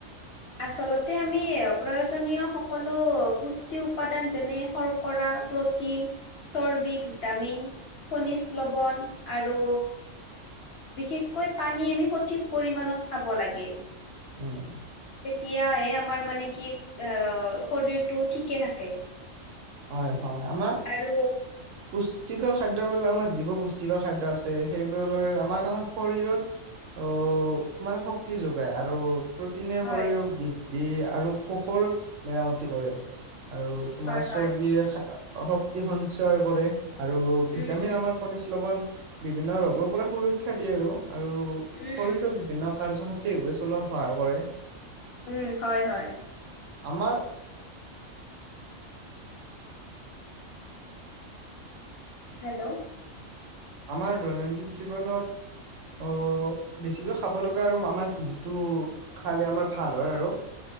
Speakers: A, on the left; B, on the right.
A: আচলতে আমি প্ৰয়োজনীয় সকলো পুষ্টি উপাদান যেনে শৰ্কৰা প্ৰটিন চৰ্বি ভিটামিন খনিজ লৱণ আৰু বিশেষকৈ পানী আমি সঠিক পৰিমানণত খাব লাগে
B: উম
A: তেতিয়াহে আমাৰ মানে কি আহ শৰীৰটো ঠিকে থাকে
B: হয় হয় আমাৰ
A: আৰু
B: পুষ্টিকৰ খাদ্য বাক আমাৰ যিবোৰ পুষ্টিকৰ খাদ্য আছে সেইবোৰলৈ আমাৰ তাৰ শৰত অ মানে শক্তি যোগায় আৰু প্ৰতিটনে
A: হয়
B: শৰীৰক বি দি আৰু কোষৰ মেৰামতি কৰে আৰু তোমাৰ
A: হয় হয়
B: চৰ্বিয়ে শক্তি সঞ্চয় কৰে আৰু ভিটামিন
A: উম উম
B: আমাৰ খনিজ লৱন বিভিন্ন ৰোগৰ পৰা সুৰক্ষা দিয়ে আৰু আৰু
A: উম
B: শৰীৰৰ
A: উম
B: বিভিন্ন কাৰ্য ঠিক বে চলোৱা সহায় কৰে
A: উম হয় হয়
B: আমাৰ
A: হেল্ল'
B: আমাৰ দৈনন্দিন জীৱনত অ বেছিকৈ খাব লগা আৰু আমাৰ যিটো খালে আমাৰ ভাল হয় আৰু